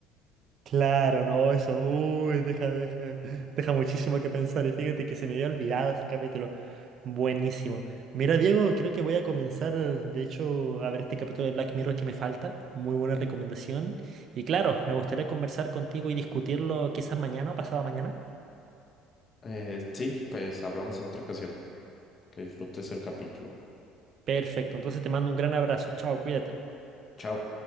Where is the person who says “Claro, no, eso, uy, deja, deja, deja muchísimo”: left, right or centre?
Right